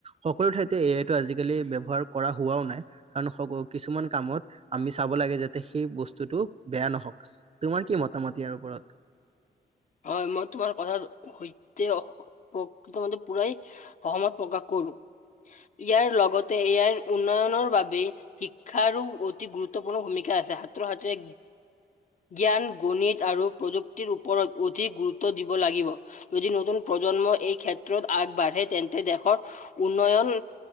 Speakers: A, on the right; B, on the left.
A: সকলো ঠাইতে এ আইটো আজিকালি ব্যৱহাৰ কৰা হোৱাও নাই। কাৰণ <unintelligible> কিছুমান কামত আমি চাব লাগে যাতে সেই বস্তুটো বেয়া নহওক। তোমাৰ কি মতামত ইয়াৰ ওপৰত?
B: হয় মই তোমাৰ কথা সৈতে <unintelligible> প্ৰকাশ কৰো। ইয়াৰ লগতে ৰ আইৰ উন্নয়নৰ বাবে শিক্ষাৰো অতি গুৰুত্বপূৰ্ণ ভূমিকা আছে ছাত্ৰ সাত জ্ঞান, গণিত আৰু প্ৰযুক্তিৰ ওপৰত অধিক গুৰুত্ব দিব লাগিব। যদি নতুন প্ৰজন্ম এই ক্ষেত্ৰত আগবাঢ়ে তেন্তে দেশৰ উন্নয়ন